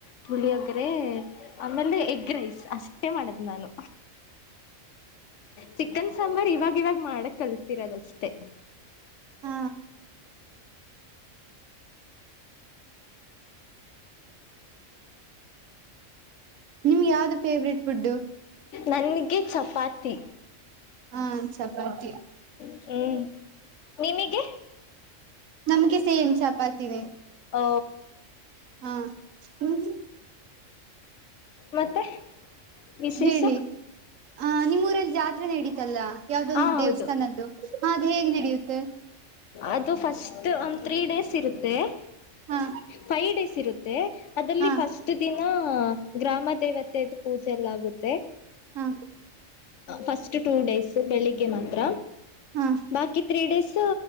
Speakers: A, on the left (about 70°); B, on the right (about 80°).
A: ಪುಳಿಯೊಗ್ರೆ ಆಮೇಲೆ ಎಗ್ ರೈಸ್ ಅಷ್ಟೇ ಮಾಡದ್ ನಾನು. ಚಿಕನ್ ಸಾಂಬಾರ್ ಇವಾಗ ಇವಾಗ ಮಾಡಕ್ ಕಲ್ತಿರದಷ್ಟೇ.
B: ಹ ನಿಮ್ಗೆ ಯಾವ್ದು ಫೇವ್ರೇಟ್ ಫುಡ್ಡು.
A: ನನ್ಗೆ ಚಪಾತಿ
B: ಹಾಂ ಚಪಾತಿ.
A: ಹ್ಞೂ ನಿಮಿಗೆ.
B: ನಮ್ಗೆ ಸೇಮ್ ಚಪಾತಿನೆ.
A: ಓ.
B: ಹಾಂ. <inaudible>
A: ಮತ್ತೆ. ವಿಶೇಷ
B: ಹೇಳಿ ಆ ನಿಮ್ಮೂರಲ್ ಜಾತ್ರೆ ನಡೀತಲ್ಲಾ ಯಾವ್ದೊಂದು
A: ಹಾ ಹೌದು
B: ದೇವಸ್ಥಾನದ್ದು ಹಾ ಅದು ಹೇಗ್ ನಡೆಯುತ್ತೆ.
A: ಅದು ಫಸ್ಟ್ ಒಂದು ತ್ರೀ ಡೇಸ್ ಇರುತ್ತೆ.
B: ಹಾ.
A: ಫೈವ್ ಡೇಸ್ ಇರುತ್ತೆ ಅದ್ರಲ್ಲಿ
B: ಹಾ
A: ಫಸ್ಟ್ ದಿನ ಹಾ ಗ್ರಾಮ ದೇವತೆದು ಪೂಜೆ ಎಲ್ಲ ಆಗುತ್ತೆ.
B: ಹಾ.
A: ಫಸ್ಟ್ ಟೂ ಡೇಸ್ ಬೆಳಿಗ್ಗೆ ಮಾತ್ರ
B: ಹಾ
A: ಬಾಕಿ ತ್ರೀ ಡೇಸ